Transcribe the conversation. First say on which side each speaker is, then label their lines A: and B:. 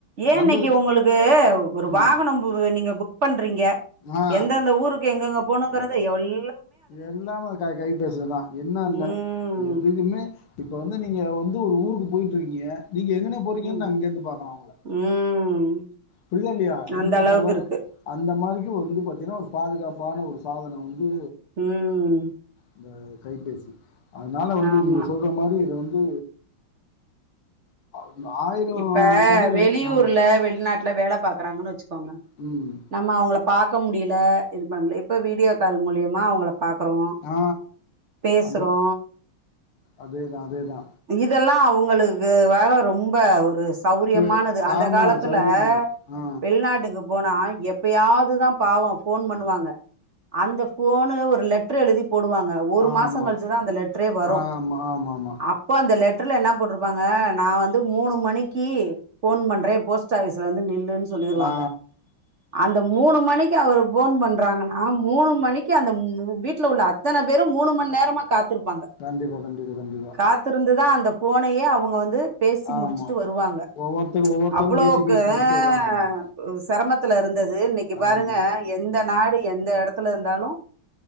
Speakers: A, on the right (about 45°); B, on the left (about 80°).
A: ஏ
B: நல்லதுக்கு
A: இன்னக்கி உங்களுக்கு ஒரு வாகனம்
B: ம்
A: நீங்க புக் பண்றீங்க
B: ஆ
A: எந்தெந்த ஊருக்கு எங்கெங்க போனுங்கறத எல்
B: எல்லாமே கை கைபேசில தா என்ன
A: ம்
B: இல்ல எதுகுமே இப்ப வந்து நீங்க வந்து ஒரு ஊருக்கு போய்ட்ருக்கீங்க நீங்க எங்கன போறீங்கன்
A: ம்
B: நா இங்கெருந்து பாக்கலா ஒங்கள
A: ம்
B: புரிதால்லியா
A: அந்த
B: எந்த
A: அளவுக்கு
B: தவறு
A: இருக்கு
B: அந்த மாரிக்கு வந்து பாத்தீங்கன்னா ஒரு பாதுகாப்பான ஒரு சாதனோ வந்து
A: ம்
B: இந்த கைபேசி அதனால வந்து
A: ஆமா
B: நீங்க சொல்ற மாரி இத வந்து <unintelligible>
A: இப்ப
B: சதவீதம்
A: வெளியூர்ல
B: ஆ
A: வெளிநாட்ல வேல பாக்குறாங்கன் வச்சுக்கோங்க
B: ம்
A: நம்ம அவுங்ள பாக்க முடில இது பண்ண முடில இப்ப வீடியோ கால் மூலியமா அவுங்கள பாக்குறோ
B: ஆ
A: பேசுறோ
B: அந்த அதேதா அதேதா
A: இதெல்லா அவுங்களுக்கு வேற ரொம்ப ஒரு சௌரியமானது
B: பு
A: அந்த
B: ஆமா
A: காலத்துல
B: சௌரியமலை ஆ
A: வெளிநாட்டுக்கு போனா எப்பயாவ்துதா பாவோ ஃபோன் பண்ணுவாங்க அந்த ஃபோனு ஒரு லெட்ரு எழுதி போடுவாங்க ஒரு
B: ஆமா
A: மாசோ கழ்ச்சுதா அந்த லெட்ரே வரு
B: ஆமா ஆமாமா
A: அ ப்ப அந்த லெட்ருல என்ன போட்ருப்பாங்க நா வ ந்து மூனு மணிக்கி ஃபோன் பண்றே போஸ்ட் ஆஃபிஸ் ல வந்து நில்லுன் சொல்லிருவாங்க
B: ஆ
A: அந்த மூனு மணிக்கு அவர் ஃபோன் பண்றாங்கன்னா மூனு மணிக்கு அந்த வீட்ல உள்ள அ த்தன பேரு மூனு மண் நேரமா காத்திருப்பாங்க
B: கண்டிப்பா கண்டிப்பா கண்டிப்பா
A: காத் திருந்துதா அந்த ஃபோனயே அவுங்க வந்து பேசி
B: ஆமா
A: முடிச்சுட்டு வருவாங்க
B: ஒவ்வொருத்தரு ஒவ்வொருத்தரு
A: அவ்ளோக்கு
B: பேசி பேசி பேசிட்டு வருவாங்க ஆமா
A: ஆ செரமத்துல இருந்தது இன்னக்கி பாருங்க
B: ஆமா
A: எந்த நாடு எந்த எடத்துல இந்தாலு